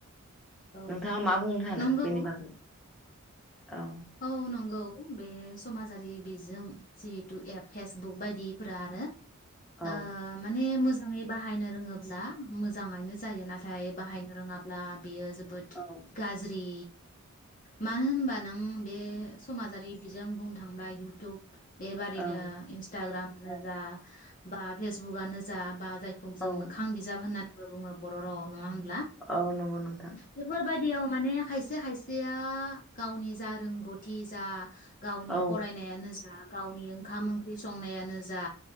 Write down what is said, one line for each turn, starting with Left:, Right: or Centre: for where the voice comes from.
Left: औ
Centre: नोंथाङा मा बुंनो सानो
Left: नंगौ
Centre: बेनि बागै? औ
Left: औ नंगौ बे समाजारि बिजों जिहेतु एप फेसबुक बायदिफोरा आरो
Centre: औ
Left: ओ माने मोजा मोजाङै बाहायनो रोङोब्ला मोजाङानो जायो नाथाय बाहाय रोङाब्ला बियो जोब
Centre: औ
Left: गाज्रि मानो होनबा नों बे समाजारि बिजों बुंनो थांब्ला इउटुब बेबादिनो
Centre: औ
Left: इन्सटाग्रामानो
Centre: औ
Left: जा बा फेसबुकनो जा बा जायखौ
Centre: औ
Left: जों मोखां बिजाब होननानै बुङो बर' रावाव नङा ‌होनब्ला
Centre: औ नंगौ नोंथां
Left: बेफोरबायदि माने खायसे खायसेया गावनि जा रों गथि जा गावनि
Centre: औ
Left: फरायनायानो जा गावनि ओंखाम ओंख्रि संनायानो जा